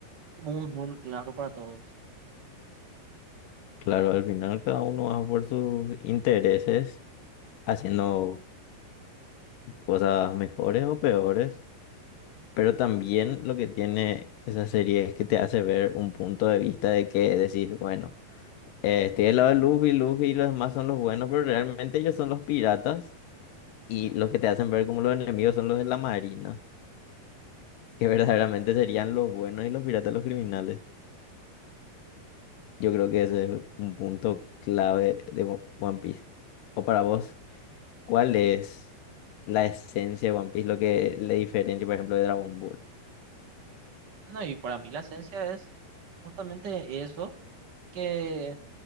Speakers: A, on the right (about 40°); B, on the left (about 70°).
A: como un rule claro para todos.
B: claro, al final cada uno va por sus intereses haciendo cosas mejores o peores, pero también lo que tiene esa serie es que te hace ver un punto de vista de que decís, bueno, eh, estoy del lado de Luffy, Luffy y los demás son los buenos, pero realmente ellos son los piratas y los que te hacen ver como los enemigos son los de la marina, que <laughs> verdaderamente serían los buenos y los piratas los criminales. Yo creo que ese es un punto clave de One Piece. ¿O para vos? ¿Cuál es la esencia de One Piece? Lo que le diferencia, por ejemplo, de Dragon Ball.
A: No, y para mí la esencia es justamente eso, que